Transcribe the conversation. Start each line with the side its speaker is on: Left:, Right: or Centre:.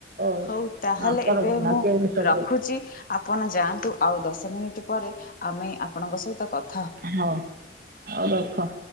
Right: <unintelligible>
Left: ହଉ ତାହେଲେ ଏବେ
Right: ମାଟିଆ
Left: ମୁଁ ରଖୁଛି। ଆପଣ ଯାଆନ୍ତୁ ଆଉ ଦଶ ମିନିଟ୍ ପରେ ଆମେ ଆପଣଙ୍କ ସହିତ କ
Right: ହଁ ହଉ ରଖ।